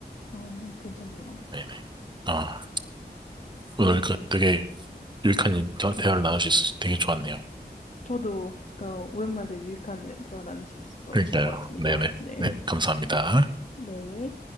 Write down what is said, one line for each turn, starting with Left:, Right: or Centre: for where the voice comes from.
Left: 어, 괜찮네요.
Right: 네네. 아, 오늘 그 되게 유익한 대화를 나눌 수 있어서 되게 좋았네요.
Left: 저도 그 오랜만에 되게 유익한 대- 대화 나눌 수 있어서
Right: 그러니까요.
Left: 즐거웠습니다.
Right: 네네. 네,
Left: 네.
Right: 네, 감사합니다.
Left: 네.